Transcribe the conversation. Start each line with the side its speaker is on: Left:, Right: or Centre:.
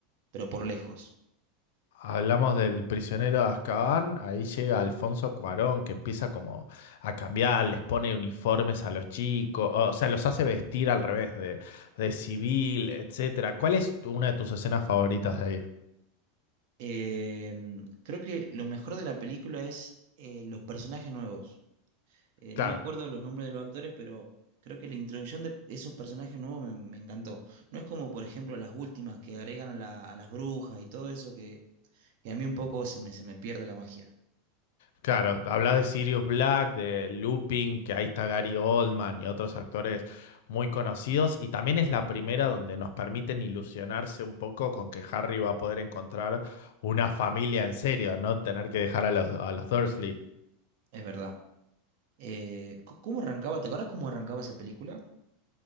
Right: pero por lejos.
Left: Hablamos del prisionero de Azkaban, ahí llega Alfonso Cuarón que empieza como a cambiar, les pone uniformes a los chicos, o sea, los hace vestir al revés de, de civil, etcétera. ¿Cuál es tu- una de tus escenas favoritas de ahí?
Right: Eh, creo que lo mejor de la película es eh, los personajes nuevos. Eh, no
Left: Claro,
Right: me acuerdo los nombres de los actores, pero creo que la introducción de esos personajes nuevos me, me encantó. No es como, por ejemplo, las últimas que agregan a, la- a las brujas y todo eso que, que a mí un poco se me, se me pierde la magia.
Left: claro, hablas de Sirius Black, de Lupin, que ahí está Gary Oldman y otros actores muy conocidos, y también es la primera donde nos permiten ilusionarse un poco con que Harry va a poder encontrar una familia en serio, no tener que dejar a los, a los Dursley.
Right: Es verdad. Eh, c- ¿cómo arrancaba? ¿Te acuerdas cómo arrancaba esa película?